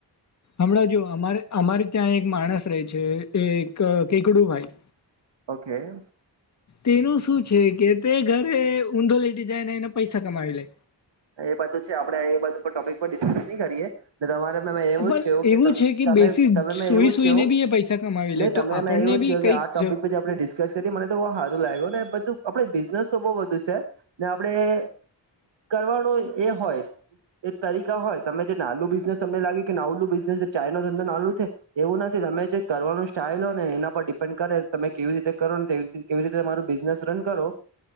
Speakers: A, on the left; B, on the right.
A: હમણાં જો અમારે અમારે ત્યાં એક માણસ રહે છે એક કેકડું ભાઈ
B: ઓકે.
A: તેનું શું છે, કે તે ઘરે ઊંધો લેટી જાય ને એને પૈસા કમાવી લે
B: એ બાજે છે આપણેે એ બાત ટોપિક પણ ડિસ્કસ નહી કરીયએ તમારે મેં મેં એવું
A: પણ
B: જ કહું
A: એવું છે કે
B: કેમે
A: બેસી
B: તમે મેં
A: સુઈ
B: એવું
A: સુઈને
B: જ કહું
A: બી એ પૈસા કમાવી લે
B: ને તમે
A: તો આપણને
B: મેં એવું
A: બી
B: જ કહ
A: કઈક
B: કે આ ટોપિક
A: જ
B: પ આપણે ડિસ્કસ કરી મને તો બહુ સારું લાગ્યું ને બધું આપડે બિઝનેસ તો બહુ બધું છે ને આપડણે કરવાનો એ હોય એક તરીકા હોય તમે જે નાનું બિઝનેસ તમને લાગે કે નાવુલું બિઝનેસ ચાય નો ધંધો નાલું થે એવું નથી તમે જે કરવાનું સ્ટાઈઇલ હોય ને એના પર ડિપેન્ડ કરે તમે કેવી રીતે કરો તેવી રી કેવી રીતે તમારું બિઝનેસ રન કરો.